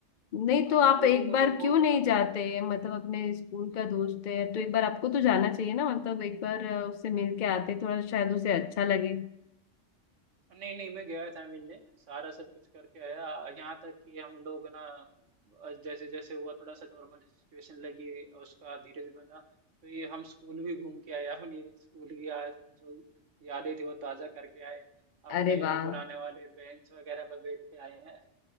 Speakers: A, on the left; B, on the right.
A: नहीं
B: हाँ,
A: तो आप
B: तो
A: एक
B: वो मुझे
A: बार
B: बोल
A: क्यों नहीं
B: रहा था
A: जाते मतलब अपने स्कूल का दोस्त है तो एक बार आपको तो जाना चाहिए ना मतलब एक बार अ, उससे मिल के आते थोड़ा शायद उसे अच्छा लगे
B: नहीं नहीं मैं गया था मिलने सारा सब कुछ करके आया यहाँ तक कि हम लोग ना जैसे जैसे हुआ थोड़ा सा नॉर्मल सिचुएशन लगी उसका धीरज बना तो ये हम स्कूल भी घूम के आए अपनी स्कूल की याद जो यादें थी वो ताजा करके आए
A: अरे
B: अपने
A: वाह
B: पुराने वाले बेंच वगैरह पर बैठ के आए हैं